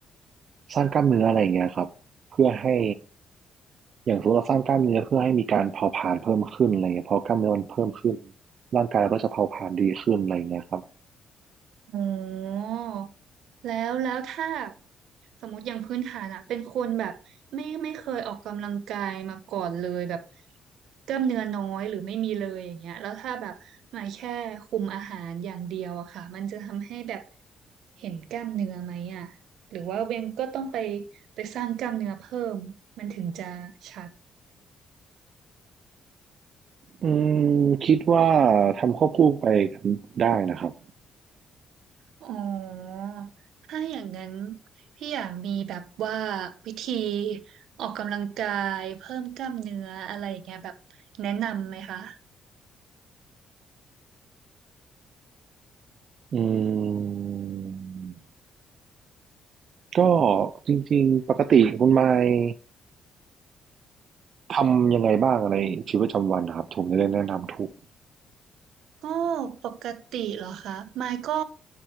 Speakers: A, on the right; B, on the right.
A: สร้างกล้ามเนื้ออะไรอย่างเงี้ยครับเพื่อให้อย่างสมมติเราสร้างกล้ามเนื้อเพื่อให้มีการเผาผลาญเพิ่มขึ้นอะไรเงี้ยพอกล้ามเนื้อมันเพิ่มขึ้นร่างกายเราก็จะเผาผลาญดีขึ้นอะไร่เงี้ยครับ
B: อ๋อแล้วแล้วถ้าสมมติอย่างพื้นฐานอะเป็นคนแบบไม่ไม่เคยออกกำลังกายมาก่อนเลยแบบกล้ามเนื้อน้อยหรือไม่มีเลยอย่างเงี้ยแล้วถ้าแบบมาแค่คุมอาหารอย่างเดียวอะค่ะมันจะทำให้แบบเห็นกล้ามเนื้อไหมอะหรือว่าเบนก็ต้องไปไปสร้างกล้ามเนื้อเพิ่มมันถึงจะชัด
A: อืมคิดว่าทำควบคู่ไปกันได้นะครับ
B: อ๋อ ถ้าอย่างนั้นพี่อยากมีแบบว่าวิธีออกกำลังกายเพิ่มกล้ามเนื้ออะไรอย่างเงี้ยแบบแนะนำไหมคะ
A: อืมก็จริงๆปกติคุณไมค์ทำยังไงบ้างอะไนชีวิตประจำวันนะครับผมจะได้แนะนำถูก
B: ก็ปกติเหรอคะมายก็